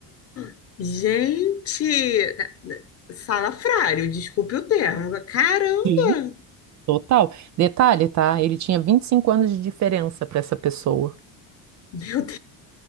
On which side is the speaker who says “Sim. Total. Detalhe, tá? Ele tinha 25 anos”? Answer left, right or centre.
Right